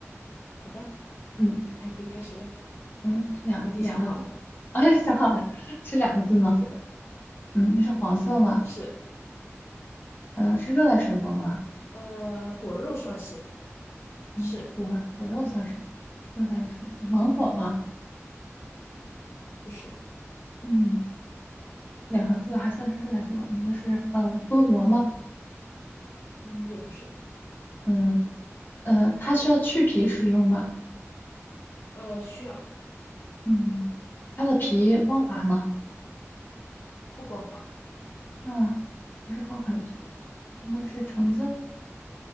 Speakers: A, on the left (about 65°); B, on the left (about 40°).
A: 好的，
B: 嗯
A: 那你可以开始了，
B: 嗯，是两两个字，
A: 我已经想好了。
B: <laughs> 哎，想好了，是两个字吗？
A: 是的，
B: 嗯，那是黄色吗？
A: 是，
B: 呃，是热带水果吗？
A: 呃，果肉算是，是
B: 嗯，果果肉算是热带水果，芒果吗？
A: 不是？
B: 嗯，两个字还算是热带水果，嗯那是呃多萝吗？
A: 嗯，也不是，
B: 嗯呃，它需要去皮食用吗？
A: 呃，需要
B: 嗯，它的皮光滑吗？
A: 不光滑，
B: 啊，不是光滑的皮，那是橙子。